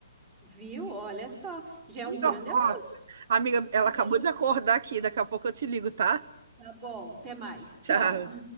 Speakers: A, on the right; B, on the right.
A: Viu? Olha só, já é
B: Então,
A: um grande avanço.
B: ó, amiga, ela
A: E
B: acabou
A: daí
B: de acordar aqui. Daqui a pouco eu te ligo, tá?
A: Tá bom, até mais. Tchau.
B: Tchau.